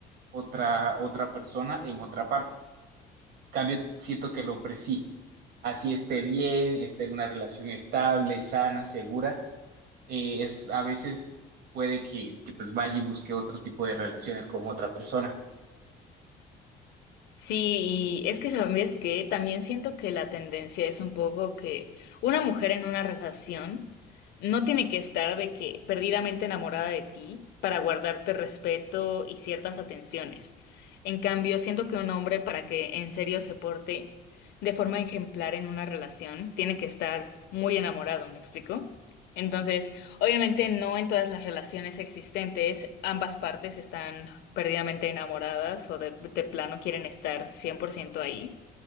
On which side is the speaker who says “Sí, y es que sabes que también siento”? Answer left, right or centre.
Left